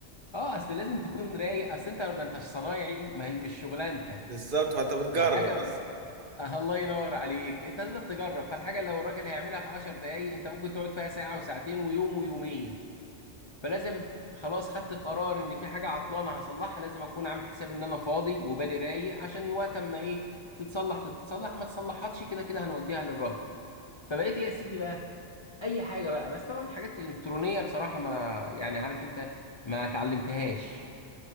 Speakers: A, on the left; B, on the right.
A: اه اصل لازم تكون رايق اصل انت ما انتش صنايعي ما هي مش شغلانتك
B: بالظبط فانت بتجرب
A: الحاجه
B: اصلا
A: آه الله ينور عليك انت تقدر تجرب فالحاجه اللي لو الراجل هيعملها في 10 دقايق انت ممكن تقعد فيها ساعه وساعتين ويوم ويومين فلازم خلاص خدت قرار ان في حاجه عطلانه هصلحها لازم اكون عامل حساب ان انا فاضي وبالي رايق عشان وقت اما ايه تتصلح تتصلح ما تصلحتش كده كده هنوديها للراجل فبقيت ايه يا سيدي بقى اي حاجه بقى بس طبعا حاجات الكترونيه بصراحه ما يعني عارف انت ما اتعلمتهاش